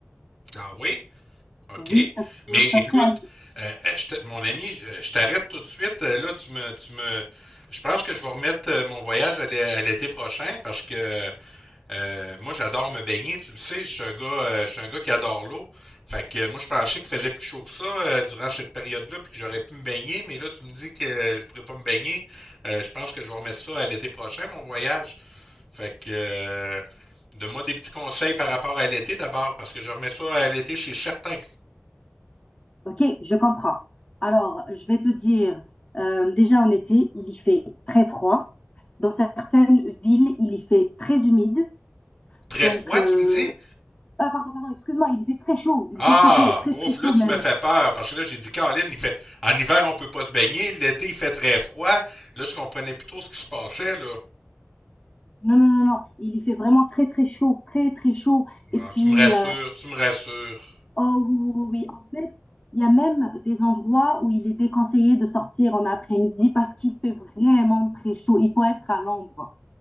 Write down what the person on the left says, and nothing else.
Oui, ça serait,
ça serait un-
Ok, je comprends. Alors, je vais te dire, euh, déjà en été, il y fait très froid. Dans certaines villes, il y fait très humide.
Donc,
euh,
ah, pardon, pardon, excuse-moi, il y fait très chaud. Il
fait très chaud, très,
très chaud
même.
Non, non, non, non. Il y fait vraiment très, très chaud, très, très chaud.
Et puis,
euh,
Oh oui, oui, oui. oui. En fait, il y a même des endroits où il est déconseillé de sortir en après-midi parce qu'il fait vraiment très chaud. Il faut être à l'ombre.